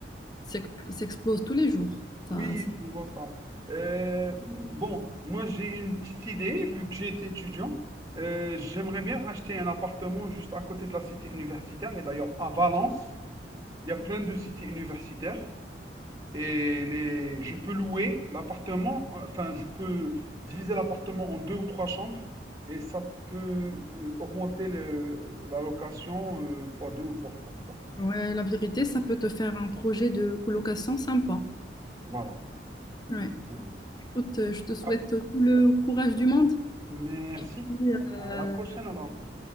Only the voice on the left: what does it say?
s'ex- s'explosent tous les jours. Ça,
Ouais, la vérité, ça peut te faire un projet de colocation sympa.
Ouais.
Écoute, je te souhaite
tout le courage du monde
et euh,